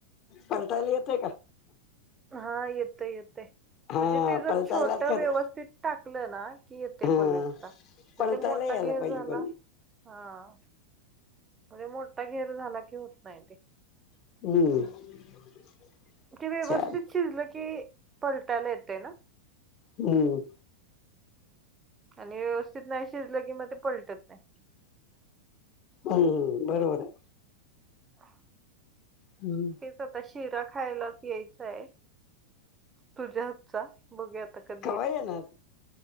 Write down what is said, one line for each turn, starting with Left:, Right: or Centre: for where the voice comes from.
Left: पलटायला येते का?
Right: हा, येतंय येतंय.
Left: हा
Right: म्हणजे ते जर
Left: पलटायलाच
Right: छोट
Left: खर
Right: व्यवस्थित टाकलं ना, की येते
Left: हा
Right: पलटता. तर
Left: पलटायला
Right: ते मोठा
Left: यायला
Right: घेर
Left: पाहिजे
Right: झाला
Left: पण
Right: हा, म्हणजे मोठा घेर झाला की होत नाही ते.
Left: हम्म.
Right: ते व्यवस्थित
Left: छान
Right: शिरलं की, पलटायला येतेय ना?
Left: हम्म!
Right: आणि व्यवस्थित नाही शिजलं की, म ते पलटत नाही.
Left: हम्म! बरोबर आहे.
Right: <inaudible>
Left: हम्म!
Right: तेच आता शिरा खायलाच यायचाय, तुझ्या हातचा. बघूया आता कध
Left: कवा येणार?